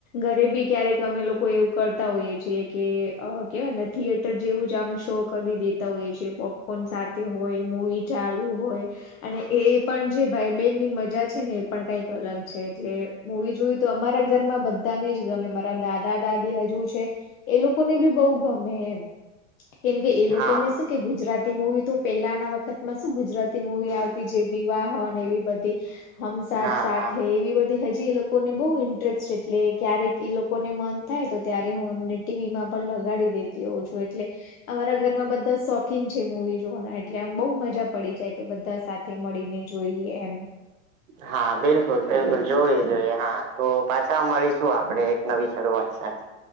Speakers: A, on the left; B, on the right.
A: ઘરે બી ક્યારેક અમે લોકો એવું કરતા હોઈએ છીએ કે અહ કહેવાય ને થિયેટર જેવું જ આમ શો કરી દેતા હોય છે પોપકોર્ન સાથે હોય મુવી ચાલુ હોય અને એ પણ જે ભાઈ બેનની મજા છે ને એ પણ કઈક અલગ છે એટલે મુવી જોવી તો અમારા ઘરમાં બધાને જ ગમે મારા દાદા દાદી હજુ છે એ લોક કો ને બી બઉ ગમે એમ કેમ કે એ લોકોને
B: હા
A: શું કે ગુજરાતી મુવી તો પેલાના વખત માં શું ગુજરાતી મુૂવી આવતી જે વિવાહ ને એવી બધી હમ સાથ
B: હા
A: સાથ
B: હા
A: હે એવી બધી હજી એ લોકોને બઉ ઇન્ટરેસ્ટ એટલે ક્યારેક એ લોકોને મન થાય તો ત્યારે હું એમને ટી વી માં પણ લગાડી દેતી હોઉ છું એટલે અમારા ઘરમાં બધા શોકીન છે મુવી જોવાના એટલે આમ બો મજા પડી જાય કે બધા સાથે મળીને જોઈએ એમ
B: <inaudible> હા બિલકુલ બિલકુલ જોવી જોઈએ હા તો પાછા મળીશું આપડે એક નવી શરૂઆત સાથે